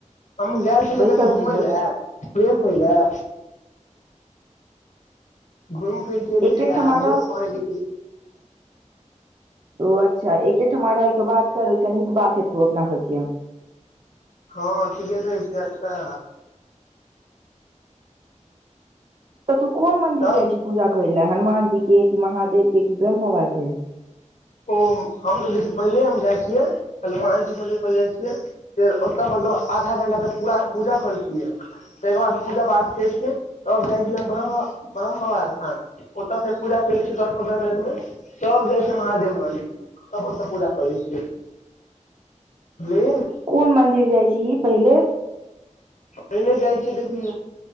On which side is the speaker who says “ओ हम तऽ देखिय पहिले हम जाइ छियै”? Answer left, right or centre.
Left